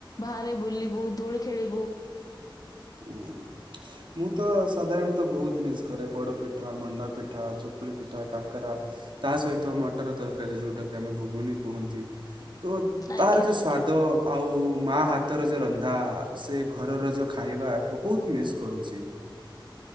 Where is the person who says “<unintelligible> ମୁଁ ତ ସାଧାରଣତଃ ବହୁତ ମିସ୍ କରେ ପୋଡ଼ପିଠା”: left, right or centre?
Right